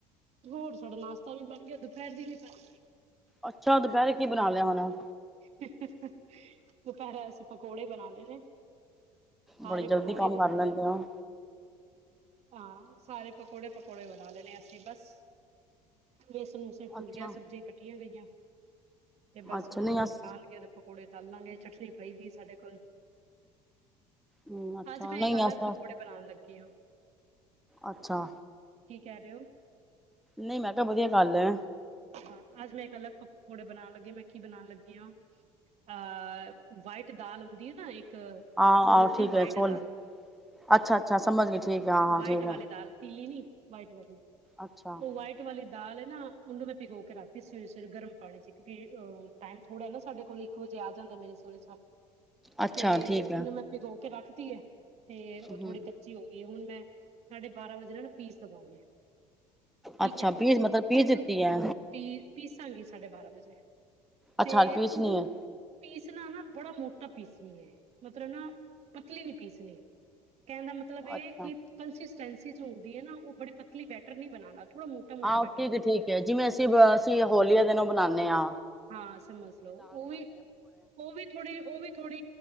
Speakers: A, on the right; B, in the centre.
A: ਹੋਰ ਸਾਡਾ ਨਾਸ਼ਤਾ ਵੀ ਬਣ ਗਿਆ, ਦੁਪੈਹਰ ਦੀ ਵੀ ਫ
B: ਅੱਛਾ ਦੁਪਹਿਰੇ ਕੀ ਬਣਾ ਲਿਆ ਹੋਣਾ।
A: ਦੁਪਹਰੇ ਅਸੀਂ ਪਕੌੜੇ ਬਣਾਣੇ ਨੇ। ਸਾਰੇ
B: ਬੜੀ ਜਲਦੀ
A: ਪਕੌੜੇ
B: ਕੰਮ
A: ਪਕੌੜੇ
B: ਕਰ ਲੈਂਦੇ ਹੋ,
A: ਹਾਂ ਸਾਰੇ ਪਕੌੜੇ ਪਕੌੜੇ ਬਣਾ ਲੈਣੇ ਆਂ ਅਸੀਂ ਬਸ ਬੇਸਨ ਵੇਸਣ ਘੂਲ
B: ਅੱਛਾ,
A: ਗਿਆ ਸਬਜ਼ੀਆਂ ਕੱਟੀਆਂ ਗਈਆਂ, ਤੇ ਬਸ
B: ਅੱਛਾ
A: ਹੁਣ
B: ਨਹੀਂ
A: ਜਦੋਂ
B: ਅਸ
A: ਖਾਣ ਗੇ, ਪਕੌੜੇ ਤਲ ਲਾਂਗੇ ਚਟਨੀ ਪਈ ਦੀ ਸਾਡੇ ਕੋਲ।
B: ਹੂੰ, ਅੱਛਾ
A: ਆੱਜ ਮੈਂ
B: ਨਹੀਂ
A: ਏਕ ਅੱਲਗ
B: ਐਸਾ
A: ਪਕੌੜੇ ਬਣਾਣ ਲੱਗੀ ਆ।
B: ਅੱਛਾ।
A: ਕੀ ਕਹਿ ਰਹੇ ੳ।
B: ਨਈ ਮੈਂ ਤਾ ਵਧੀਆ ਗਾੱਲ ਏ।
A: ਹਾਂ ਆੱਜ ਮੈਂ ਏਕ ਅਲੱਗ ਪਕੌੜੇ ਬਣਾਣ ਲੱਗੀ ਆ, ਮੈਂ ਕੀ ਬਣਾਣ ਲੱਗੀ ਆ। ਅ ਵਾਈਟ ਦਾਲ ਹੁੰਦੀ ਏ ਨਾ ਏਕ ਕ
B: ਆਹੋ, ਆਹੋ
A: ਉੱਡਦ ਦੀ
B: ਠੀਕ
A: ਵਾਈਟ
B: ਐ ਛੋਲ,
A: ਦਾਲ,
B: ਅੱਛਾ, ਅੱਛਾ ਸਮਝ ਗਈ ਠੀਕ ਐ, ਹਾਂ, ਹਾਂ
A: ਵਾਈਟ
B: ਠੀਕ ਐ।
A: ਵਾਲੀ ਦਾਲ। ਪੀਲੀ ਨੀ ਵਾਈਟ ਵਾਲੀ,
B: ਅੱਛਾ,
A: ਉ ਵਾਈਟ ਵਾਲੀ ਦਾਲ ਨਾ ਐ ਨਾ, ਉਨੂੰ ਮੈਂ ਭੀਗੋ ਕੇ ਰਾਖਤੀ, ਸਵੇਰੇ ਸਵੇਰੇ ਗਰਮ ਪਾਣੀ ਚ ਕਿ ਉਂ ਟਾਈਮ ਥੋੜੇ ਨਾ ਸਾਡੇ ਕੋਲੀ। ਇੱਕ ਵਜੇ ਆ ਜਾਂਦੇ ਨੇ ਮੇਰੇ ਸੋਹਰੇ ਸਾਬ,
B: ਅੱਛਾ
A: ਤੇ
B: ਠੀਕ ਐ।
A: ਉਨੂੰ ਮੈਂ ਪਿਗੋ ਕੇ ਰਾਖ ਤੀ ਏ। ਤੇ ਉ
B: ਹੂੰ,
A: ਥੋੜ੍ਹੀ ਕੱਚੀ ਹੋ ਗਈ ਏ, ਹੁਣ ਮੈਂ ਸਾਢੇ ਬਾਰਾਂ ਵਜੇ ਨਾ ਪੀਸ ਦਵਾਂਗੀ। ਠੀਕ
B: ਅੱਛਾ
A: ਏ
B: ਪੀਸ ਮਤਲਬ ਪੀਸ
A: ਤੇ
B: ਦਿੱਤੀ
A: ਉਨੂੰ।
B: ਐ,
A: ਪੀ ਪੀਸਾਂਗੀ ਸਾਡੇ ਬਾਰਾਂਹ ਵਜੇ,
B: ਅੱਛਾ
A: ਤੇ
B: ਪੀਸਣੀ
A: ਉਨੂੰ।
B: ਐ,
A: ਪੀਸਣਾ ਨਾ, ਬੜਾ ਮੋਟਾ ਪੀਸਣੀ ਏ, ਮਤਲਬ ਨਾ ਪਤਲੀ ਨੀ ਪੀਸਣੀ। ਕੇਣ ਦਾ ਮਤਲਬ
B: ਅੱਛਾ।
A: ਏ ਕਿ ਕੰਸਿਸਟੈਂਸੀ ਜੋ ਹੁੰਦੀ ਏ ਨਾ, ਉਹ ਬੜੀ ਪਤਲੀ ਬੈਟਰ ਨਹੀਂ ਬਣਾਣਾ। ਥੜਾੋ ਮੋਟਾ ਮੋਟਾ
B: ਆਹੋ
A: ਬੈਟਰ
B: ਠੀਕ ਹੈ
A: ਬਣਾਣਾ
B: ਠੀਕ
A: ਐ।
B: ਹੈ ਜਿਵੇਂ ਅਸੀਂ ਅਸੀਂ ਹੋਲੀ ਆ ਦਿਨ ੳ ਬਣਾਣੇ ਆ।
A: ਹਾਂ ਸਮਝ ਲਓ ਉ ਵੀ ਉ ਵੀ। ਥੋੜੀ ਉ ਵੀ ਥੋੜੀ